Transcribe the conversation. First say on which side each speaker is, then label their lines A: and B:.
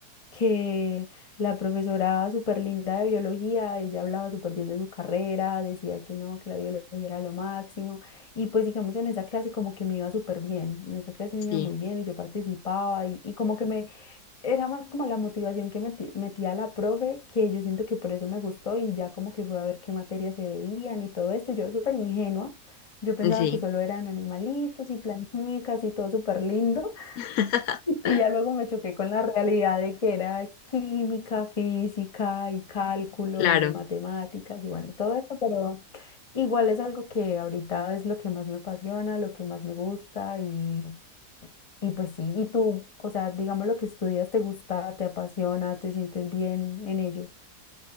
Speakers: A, on the left; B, on the left.
A: que la profesora súper linda de biología, ella hablaba súper bien de su carrera, decía que no, que la biología era lo máximo. Y pues digamos en esa clase como que me iba súper bien, en esa clase me iba
B: sí,
A: muy bien y yo participaba y, y como que me era más como la motivación que meti- metía la profe, que yo siento que por eso me gustó y ya como que fue a ver qué materias se veían y todo esto. Yo súper ingenua, yo pensaba
B: sí,
A: que solo eran animalitos y plantitas y todo súper lindo. <laughs>
B: <laughs>
A: Y ya luego me choqué con la realidad de que era química, física y cálculo
B: claro.
A: y matemáticas y bueno, todo esto, pero igual es algo que ahorita es lo que más me apasiona, lo que más me gusta y y pues sí, ¿y tú? O sea, digamos lo que estudias, ¿te gusta, te apasiona, te sientes bien en ello?